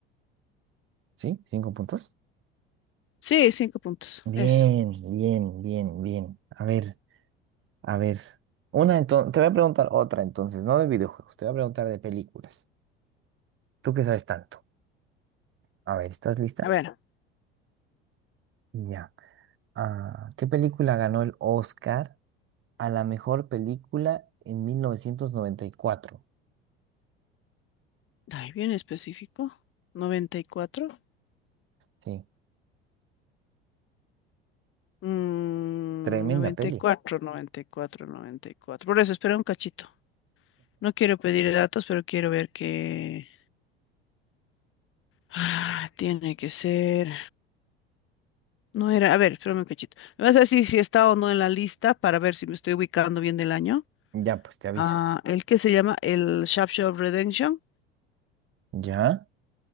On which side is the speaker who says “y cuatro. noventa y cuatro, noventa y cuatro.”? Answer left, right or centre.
Left